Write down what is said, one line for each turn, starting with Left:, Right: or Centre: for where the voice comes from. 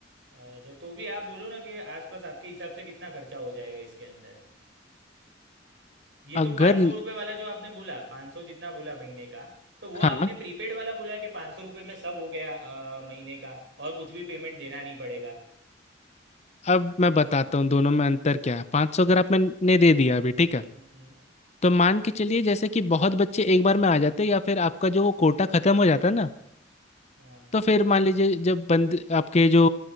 Right: अच्छा तो भी आप बोलो ना कि आसपास आपके हिसाब से कितना खर्चा हो जाएगा इसके अंदर ये
Left: अगर
Right: तो पाँच सौ रुपये वाला जो आपने बोला पाँच सौ जितना बोला महीने का तो वो
Left: हाँ
Right: आपने प्रीपेड वाला बोला कि पाँच सौ रुपये में सब हो गया अ, महीने का और कुछ भी पेमेंट देना नहीं पड़ेगा
Left: अब मैं बताता हूँ दोनों में अंतर क्या है पाँच सौ अगर आपने दे दिया अभी ठीक है
Right: हम्म हम्म,
Left: तो मान के चलिए जैसे कि बहुत बच्चे एक बार में आ जाते हैं या फिर आपका जो वो कोटा खत्म हो जाता है ना
Right: हाँ
Left: तो फिर मान लीजिए जब बंद आपके जो